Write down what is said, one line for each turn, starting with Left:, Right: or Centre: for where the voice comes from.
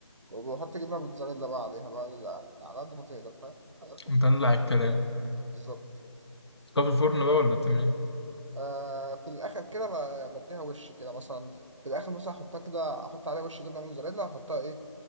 Right: وأحط جبنة موتزاريلا بقى عليها بقى على على قد ما تقدر فاهم على قد ما
Left: مدلع
Right: تقدر
Left: الكلام
Right: بالظبط
Left: طب في الفرن بقى ولا بتعمل إيه؟
Right: آه في الآخر كده ب- بديها وش كده مثلا في الآخر مثلا أحطها كده أحط عليها وش جبنة موتزاريلا وأحطها إيه